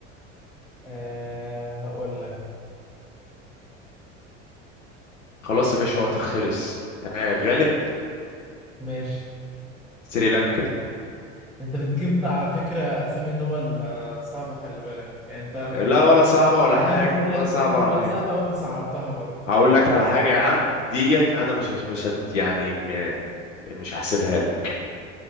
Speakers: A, in the centre; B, on the left.
A: آه هقول لك
B: خلاص يا باشا وقتك خلص آه غالب
A: ماشي
B: سريلانكا
A: انت بتجيب على فكرة اسامي دول آه، صعبة خلي بالك يعني انت انا
B: لا
A: كنت
B: ولا صعبه ولا
A: يعني
B: حاجه
A: انا كنت بقول
B: ولا
A: لك
B: صعبه
A: اسم دولة
B: ولا حاجه
A: سهلة وانت صعبتها برضه
B: هقول لك على حاجه يا عم ديت
A: م.
B: انا مش هش- مش هد يعني م- مش هحسبها لك